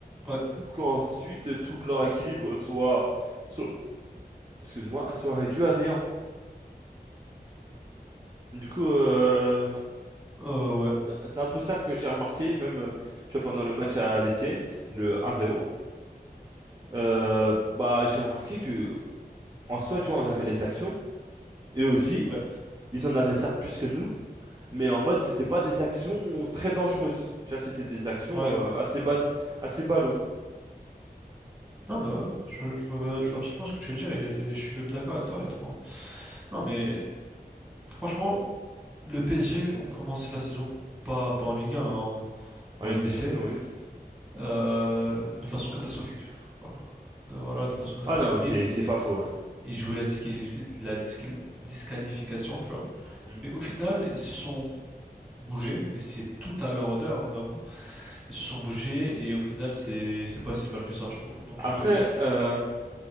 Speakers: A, in the centre; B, on the right (about 25°).
A: Ouais.
B: pour qu'ensuite tout leur équilibre soit, soit, excuse-moi, soit réduit à néant. Du coup, euh,
A: Euh, ouais.
B: C'est un peu ça que j'ai remarqué, même euh, tu vois, pendant le match à l'Etihad, le 1-0, euh, bah, j'ai remarqué que en soi, tu vois, on avait les actions, et aussi,
A: Ouais.
B: ils en avaient certes plus que nous, mais en mode, c'était pas des actions très dangereuses. Tu vois, c'était des actions
A: Ouais.
B: euh, assez ban assez ballot
A: Non, mais ouais, ouais. je, je vois, je vois absolument ce que tu veux dire et je suis même d'accord avec toi, honnêtement. Non, mais franchement, le PSG ont commencé la saison, pas, pas en Ligue 1, en,
B: en
A: en
B: Ligue
A: LDC,
B: des Champions, oui.
A: euh, de façon catastrophique. Voilà. De, voilà, de façon catastrophique.
B: Ah non, mais c'est
A: Ils,
B: c'est pas
A: y-
B: faux, ouais.
A: ils jouaient la, disquali- la disqual- disqualification, tu vois.
B: Hmm.
A: Mais au final, ils se sont bougés et c'est tout à leur honneur, hein, vraiment. Ils se sont bougés et au final, c'est, c'est pas si mal que ça, je trouve. Donc,
B: Après,
A: euh,
B: euh,